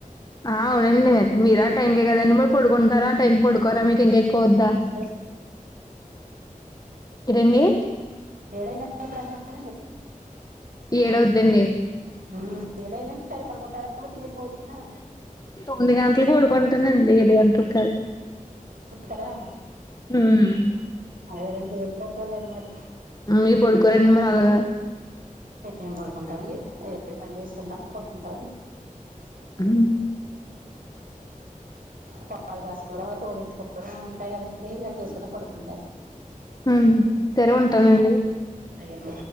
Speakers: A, on the left; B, on the right.
A: ఆ అవునండి మీరా టైంకే కదండి మరి పడుకుంటారా ఆ టైంకి పడుకోరా మీకు ఇంకా ఏం కోద్దా
B: ఏడైంది
A: ఏంటండీ
B: ఏదైనా ఇప్పుడు అంటున్న
A: ఏడు అవుద్దండి
B: హమ్ ఏడైందండి టైం పడుకుంటారా తినేసి భోజన
A: తొమ్మిది గంటలకు పడుకుంటనండి ఏడు గంటలకు కాదు
B: కదా
A: హ్మ్
B: అదేదే పడుకోలేను మరి
A: ఆ మీరు పడుకోరండి మరి అలాగా
B: ఏం పడుకుంటామండి ఏ పని చేసుకుంటాము పడుకుంటాము
A: ఉ
B: పాపాలు కాసుకోవడం తోడుఏట్టుకోవడం ఉంటాయి కదండీ ఇగ చేసుకునే పడుకుంటాయి
A: హ సరే ఉంటానండి
B: అలాగండి